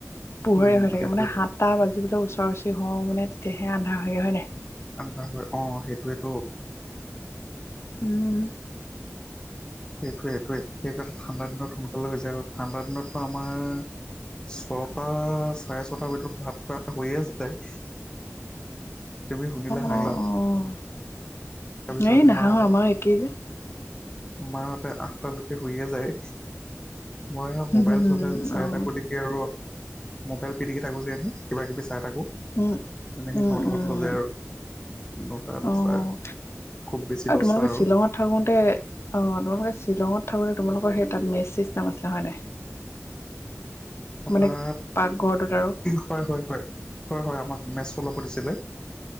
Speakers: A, on the left; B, on the left.
A: পোহৰে
B: উম,
A: হৈ থাকে
B: সেইটোৱেটো
A: মানে সাতটা বাজিবলে ওচৰ ওচৰি হওঁ মানে তেতিয়াহে আন্ধাৰ হয়গে হয় নাই?
B: <unintelligible> অ সেইটোয়েতো
A: উম।
B: এইটোৱে এইটোৱে। সেইকাৰণে ঠাণ্ডা দিনত সোনকালে হৈ যায় আৰু ঠাণ্ডা দিনতো আমাৰ। ছটা চাৰে ছটাৰ ভিতৰত ভাত খোৱা হৈয়ে যায়। তুমি শুনিলে
A: অ', অ',
B: হাঁহিবা। তাৰপিছত
A: অ', এই নাহাঁহৰ
B: মা এ,
A: আমাৰ একেই যে
B: মাহতে আঠটালৈকে শুইয়ে যায়। মই
A: হুম,
B: মোবাইল
A: হুম,
B: চোবাইল
A: হুম,
B: চাই
A: অ',
B: থাকো দেখি, এই আৰু মোবাইল পিটিকি থাকো যে। কিবাকিবি চাই থাকোঁ
A: উম,
B: তেনেকৈ
A: উম,
B: নটামান
A: উম,
B: বাজে আৰু নটা দছটা
A: অ',
B: খুব বেছি দছটা
A: তোমালোকে
B: আৰু
A: শ্বিলঙত থাকোতে অহ তোমালোকে শ্বিলঙত থাকোতে তোমালোকৰ সেই তাত মেচ চিষ্টেম আছিলে হয় নাই। <inaudible>
B: হঠাৎ
A: মানে পাকঘৰটোত আৰু
B: হয় হয় হয় হয় হয় আমাক মেচ চলাব দিছিলে।